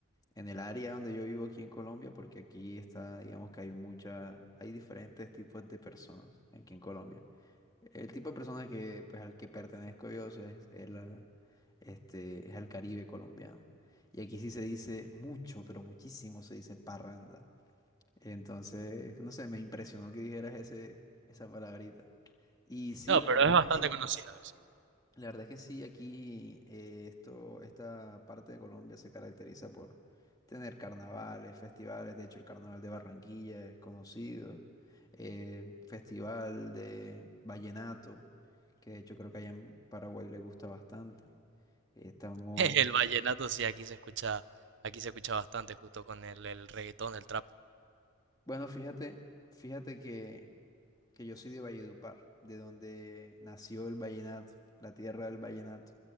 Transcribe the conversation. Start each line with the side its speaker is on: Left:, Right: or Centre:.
Left: en el área donde yo vivo aquí en Colombia, porque aquí está, digamos que hay muchas, hay diferentes tipos de personas aquí en Colombia. El tipo de persona que, pues, al que pertenezco yo es, es la, este, es al Caribe colombiano. Y aquí sí se dice mucho, pero muchísimo se dice parranda. Entonces, no sé, me impresionó que dijeras ese, esa palabrita. Y sí,
Right: No,
Left: la
Right: pero
Left: verdad
Right: es
Left: es
Right: bastante
Left: que sí.
Right: conocido, sí.
Left: La verdad es que sí, aquí eh, esto, esta parte de Colombia se caracteriza por tener carnavales, festivales. De hecho, el carnaval de Barranquilla es conocido. eh, festival de vallenato, que de hecho creo que allá en Paraguay le gusta bastante. Estamos,
Right: <laughs> El vallenato sí, aquí se escucha, aquí se escucha bastante, justo con el, el reggaetón, el trap.
Left: bueno, fíjate, fíjate que que yo soy de Valledupar, de donde nació el vallenato, la tierra del vallenato.